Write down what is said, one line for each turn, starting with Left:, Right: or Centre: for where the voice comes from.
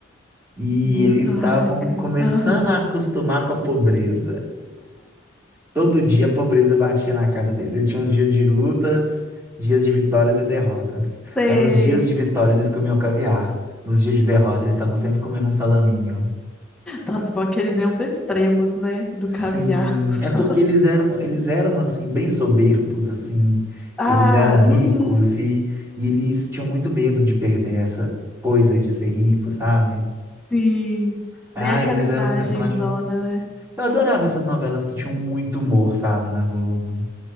Right: E
Centre: Meu
Right: eles
Centre: torraca.
Right: estavam começando
Centre: Aham.
Right: a acostumar com a pobreza. Todo dia a pobreza batia na casa deles. Eles tinham os dias de lutas, dias de vitórias e derrotas.
Centre: Sei.
Right: Aí nos dias de vitória eles comiam caviar. Nos dias de derrota eles estavam sempre comendo um salaminho.
Centre: Nossa, bom que eles iam para extremos, né? Do
Right: Sim,
Centre: caviar <laughs> pro salão.
Right: é porque eles eram, eles eram assim bem soberbos assim.
Centre: Ah,
Right: Eles eram ricos
Centre: uhum.
Right: e, e eles tinham muito medo de perder essa coisa de ser rico, sabe?
Centre: Sim.
Right: Ah,
Centre: Bem aquela
Right: eles
Centre: imagem
Right: eram um personagem
Centre: zona,
Right: muito.
Centre: né?
Right: Eu adorava essas novelas que tinham muito humor, sabe, na Globo.